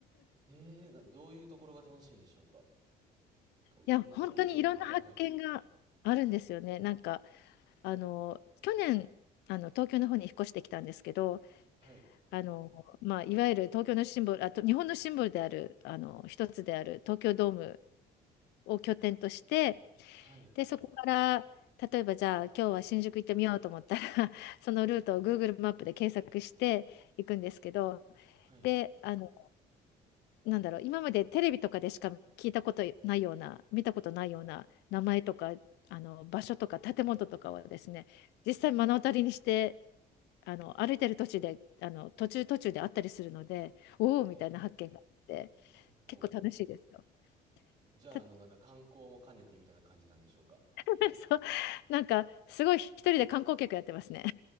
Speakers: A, on the right; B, on the left.
A: えーなどういうところが楽しいんでしょうかこう運動というか、
B: いや、本当にいろんな発見があるんですよね。
A: はい。
B: なんか、あの、去年、あの東京の方に引っ越してきたんですけど、
A: はい。
B: あのまあ、いわゆる東京のシンボル、あと日本のシンボルであるあの一つである東京ドームを拠点として
A: はい。
B: で、そこから、例えばじゃあ今日は新宿行ってみようと思ったら <laughs> そのルートを Google マップで検索していくんですけど、
A: はい。
B: で、あの、なんだろう、今までテレビとかでしか聞いたことないような、見たことないような名前とか、あの、場所とか建物とかはですね、実際目の当たりにして、あの、歩いてる途中で、あの、途中途中であったりするので、おおみたいな発見があって、
A: へえ、なるほど。
B: 結構楽しいですよ。
A: じゃあ、
B: た
A: あの、なんか観光も兼ねてみたいな感じなんでしょうか。
B: <laughs> そう、なんかすごい一人で観光客やってますね。